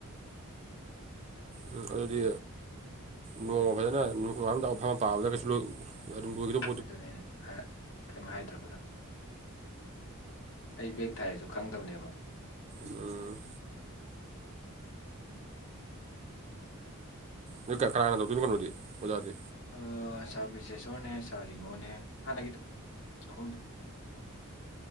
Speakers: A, on the right; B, on the left.
A: ꯎꯝ ꯑꯗꯨꯗꯤ ꯅꯣꯡꯃ ꯐꯖꯅ ꯅꯣꯉꯥꯟ ꯅꯨꯃꯤꯠ ꯇꯥꯕꯐꯥꯎ ꯐꯥꯝꯃ ꯄꯥꯕꯗ ꯀꯩꯁꯨ ꯑꯗꯨꯝ ꯂꯣꯏꯒꯗꯧ
B: ꯑꯗꯨꯅꯦꯅꯦ <unintelligible> ꯀꯩꯝ ꯍꯥꯏꯗ꯭ꯔꯕ ꯑꯗꯣ ꯑꯩ ꯕꯦꯛ ꯊꯥꯏꯁꯨ ꯈꯪꯗꯕꯅꯦꯕ
A: ꯎꯝ ꯅꯣꯏ ꯀꯅꯥ ꯀꯅꯥ ꯇꯧꯗꯨꯏꯅꯣ ꯀꯩꯅꯣꯗꯤ ꯑꯣꯖꯥꯗꯤ
B: ꯑ ꯁꯥꯔ ꯕꯤꯁꯦꯁꯣꯔꯅꯦ ꯁꯥꯔ ꯔꯤꯡꯒꯣꯅꯦ ꯍꯥꯟꯅꯒꯤꯗꯣ ꯑꯍꯨꯝꯗꯨ